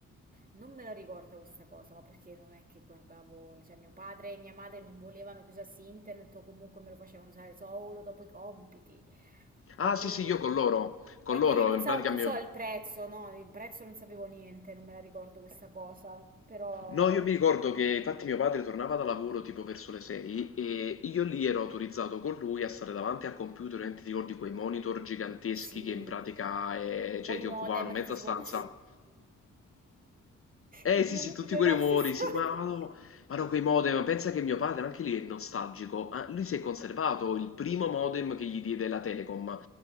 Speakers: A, on the right (about 25°); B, on the left (about 45°).
A: Non me la ricordo questa cosa, ma perché non è che guardavo, cioè mio padre e mia madre non volevano che usassi internet o comunque me lo facevano usare solo dopo i compiti. E
B: Ah,
A: quindi,
B: sì, sì, io con loro, con
A: e
B: loro,
A: quindi non
B: in
A: so,
B: pratica
A: non
B: mio...
A: so il prezzo, no, il prezzo non sapevo niente, non me la ricordo questa cosa, però
B: No, io mi ricordo che infatti mio padre tornava da lavoro tipo verso le 6 e io lì ero autorizzato con lui a stare davanti al computer, ovviamente ti ricordi quei monitor giganteschi
A: sì,
B: che in pratica eh, cioè,
A: o i
B: ti
A: modem
B: occupavano mezza
A: che facevo
B: stanza.
A: che
B: Eh
A: facevano
B: sì, sì,
A: tutti
B: tutti
A: quei
B: quei
A: versi
B: rumori,
A: strani.
B: sì, ma no, ma no, quei modem, pensa che mio padre anche lì è nostalgico, ah, lui si è conservato il primo modem che gli diede la Telecom,